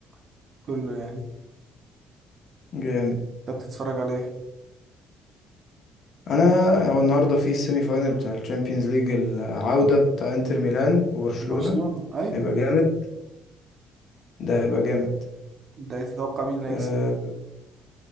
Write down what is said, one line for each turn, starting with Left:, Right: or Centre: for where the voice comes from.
Right: وكله يعني
Left: جامد
Right: انت بتتفرج على ايه
Left: انا هو النهارده في السيمي فاينل بتاع الشامبيونز ليج العودة بتاع انتر ميلان وبرشلونة
Right: برشلونه اي
Left: هيبقى جامد ده هيبقى جامد
Right: انت تتوقع مين اللي هيكسب
Left: آه،